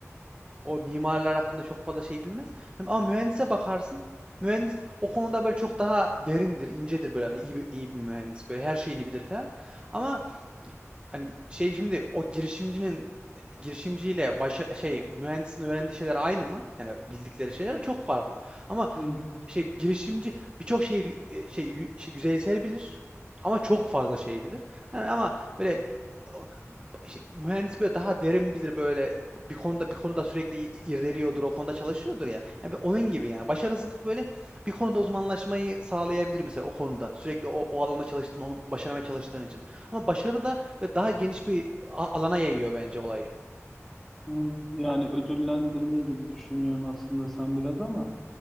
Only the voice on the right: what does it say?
o mimarlar hakkında çok fazla şey bilmez. Hani ama mühendise bakarsın. Mühendis o konuda böyle çok daha derindir, incedir böyle iyi bir, iyi bir mühendis. Böyle her şeyini bilir falan. Ama hani şey şimdi o girişimcinin girişimciyle başa, şey mühendisin öğrendiği şeyler aynı mı? Yani bildikleri şeyler çok farklı. Ama
şey girişimci birçok şeyi e, şey, yü- şey yüzeysel bilir ama çok fazla şey bilir. Hani ama böyle e, o- şey, mühendis böyle daha derin bilir böyle bir konuda bir konuda sürekli i- irdeliyordur, o konuda çalışıyordur ya. Yani ben onun gibi yani başarısızlık böyle bir konuda uzmanlaşmayı sağlayabilir mesela o konuda. Sürekli o, o alanda çalıştığın, onu başarmaya çalıştığın için. Ama başarı da böyle daha geniş bir a- alana yayıyor bence olayı.